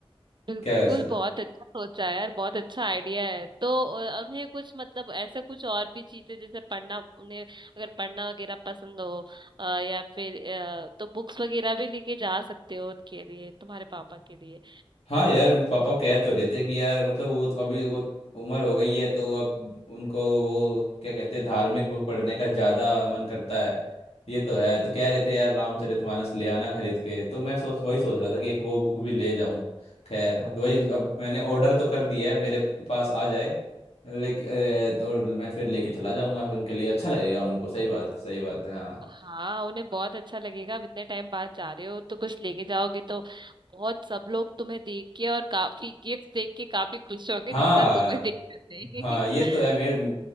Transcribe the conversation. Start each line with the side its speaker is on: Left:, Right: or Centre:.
Right: बिल्कुल
Left: क्या ऐसा
Right: बहुत अच्छा सोचा है यार बहुत अच्छा आइडिया है तो अ, उन्हें कुछ मतलब ऐसा कुछ और भी चीजें जैसे पढ़ना उन्हें अगर पढ़ना वगैरह पसंद हो अ, या फिर अ, तो बुक्स वगैरह भी लेके जा सकते हो उनके लिए तुम्हारे पापा के लिए
Left: हाँ यार पापा कह तो रहे थे कि यार मतलब वो तो अभी वो उम्र हो गई है तो अब उनको वो क्या कहते हैं धार्मिक बुक पढ़ने का ज्यादा मन करता है ये तो है तो कह रहे थे यार रामचरितमानस ले आना खरीद के तो मैं सोच वही सोच रहा था कि एक वो बुक भी ले जाऊं खैर तो वही अब मैंने ऑर्डर तो कर दिया है मेरे पास आ जाए लेकिन तो मैं फिर लेके चला जाऊंगा उनके लिए अच्छा लगेगा उनको सही बात सही बात है हाँ
Right: हाँ उन्हें बहुत अच्छा लगेगा अब इतने टाइम बाद जा रहे हो तो कुछ लेके जाओगे तो बहुत सब लोग तुम्हें देख के और काफी गिफ्ट देख के काफी खुश होंगे
Left: हाँ
Right: जितना तुम्हें देख कर थे
Left: हाँ ये तो है मेरे
Right: <laughs>